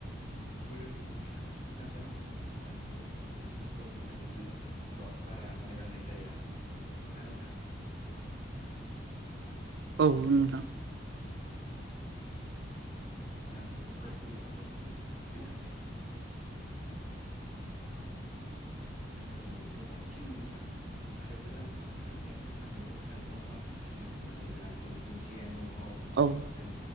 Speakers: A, on the left; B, on the right.
A: मोदोमफोरखौ फिथ लाफिननो नाजानांगौ होनबा गोजां बोरावहाय जों मोदोमफोर बोख्राव ज थाजोबो बारा मावनाय दांनाय जाया ना- नोंथां
B: औ- नुदा- <unintelligible>
A: औ गोजां बोथोर <inaudible> बांन गोगलोम बोथोराव बांसिन मोननो थाङ <inaudible> नाथाय गोजां बोथोर होब्ला जोंहा मैगं थाइगं बांसिन फिसमेट हनानै ला जों दुन्दियानो हग
B: औ
A: जों